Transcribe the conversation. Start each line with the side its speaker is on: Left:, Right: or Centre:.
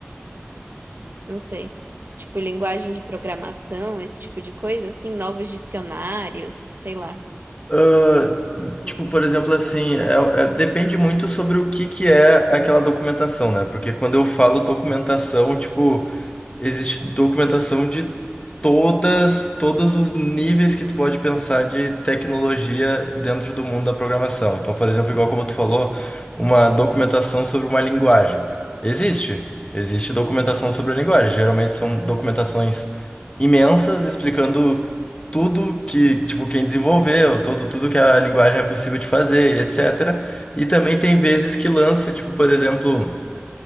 Right: não sei, tipo, linguagem de programação, esse tipo de coisa, assim, novos dicionários, sei lá.
Left: Ah,
Right: Hum.
Left: tipo, por exemplo, assim, é- é- depende muito sobre o que que é aquela documentação, né? Porque quando eu falo documentação, tipo. Existe documentação de todas, todos os níveis que tu pode pensar de tecnologia dentro do mundo da programação. Então, por exemplo, igual como tu falou, uma documentação sobre uma linguagem. Existe. Existe documentação sobre a linguagem. Geralmente são documentações imensas explicando tudo que, tipo, quem desenvolveu, todo, tudo que a linguagem é possível de fazer, etc. E também tem vezes que lança, tipo, por exemplo.